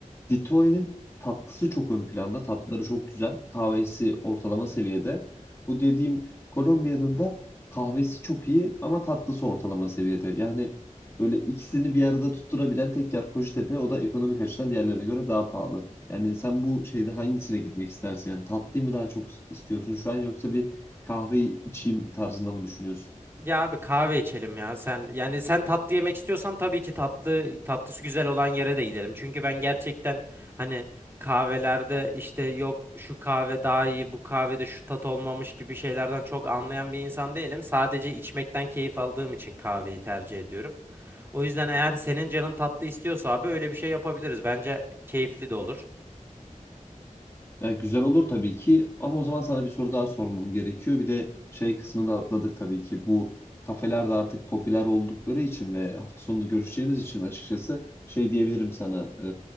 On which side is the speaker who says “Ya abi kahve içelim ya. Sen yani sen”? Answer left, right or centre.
Right